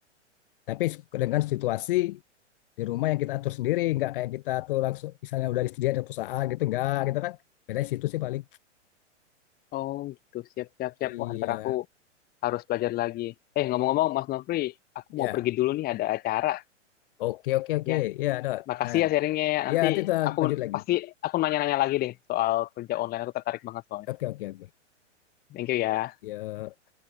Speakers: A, on the left (about 45°); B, on the left (about 25°).
A: tapi dengan situasi di rumah yang kita atur sendiri nggak kayak kita tuh langsung misalnya udah disediain ada perusahaan gitu nggak gitu kan beda situ sih paling
B: Oh gitu, siap siap siap.
A: iya
B: Wah ntar aku harus belajar lagi. Eh, ngomong-ngomong, Mas Nofri, aku
A: ya
B: mau pergi dulu nih, ada acara.
A: oke oke oke
B: Ya,
A: ya dot
B: makasih
A: nah
B: ya sharingnya ya. Nanti
A: ya nanti kita
B: aku
A: lanjut lagi
B: pasti aku nanya-nanya lagi deh soal kerja online. Aku tertarik banget soalnya.
A: oke oke oke
B: Thank you ya.
A: ya